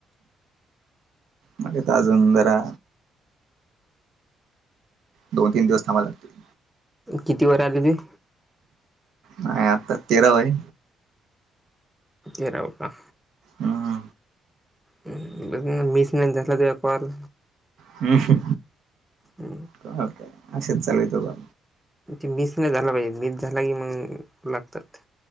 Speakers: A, on the right; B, in the centre.
A: मग अजून जरा. दोन तिन दिवस थांबवा लागतील.
B: किती वर आले ती
A: माय आता तेराव ये
B: तेरावा का?
A: हा
B: मिस नाही झाला तुझा कॉल
A: हम्म
B: ह
A: चालत असेच चालायच ब
B: मीस नाही झाला पाहिजे मीस झाला की मग लागतात